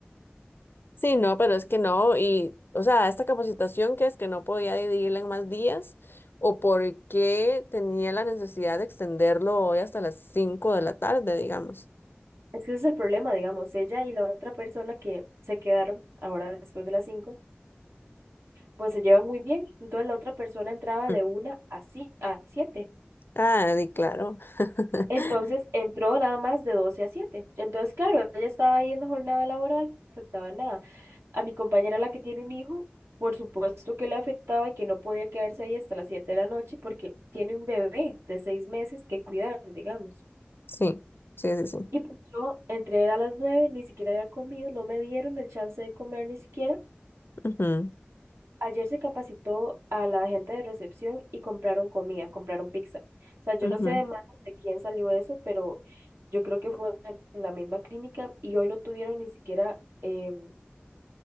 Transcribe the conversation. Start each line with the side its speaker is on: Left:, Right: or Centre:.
Left: Sí, no, pero es que no, y, o sea, esta capacitación que es que no podía dividirla en más días, o por qué tenía la necesidad de extenderlo hoy hasta las cinco de la tarde, digamos.
Right: Es que ese es el problema, digamos, ella y la otra persona que se quedaron ahora después de las cinco, pues se llevan muy bien. Entonces la otra persona entraba
Left: Mm.
Right: de una a, ci- a siete.
Left: Ah, di claro. <laughs>
Right: Entonces entró nada más de doce a siete Entonces, claro, ella estaba ahí en la jornada laboral, no afectaba nada. A mi compañera, la que tiene un hijo, por supuesto que le afectaba y que no podía quedarse ahí hasta las 7 de la noche porque tiene un bebé de 6 meses que cuidar, digamos.
Left: Sí, sí, sí, sí.
Right: Y pues yo entré a las nueve ni siquiera había comido, no me dieron el chance de comer ni siquiera.
Left: Ujú,
Right: Ayer se capacitó a la gente de recepción y compraron comida, compraron pizza. O sea, yo
Left: ujú,
Right: no sé de manos de quién salió eso, pero yo creo que fue en la misma clínica y hoy no tuvieron ni siquiera em,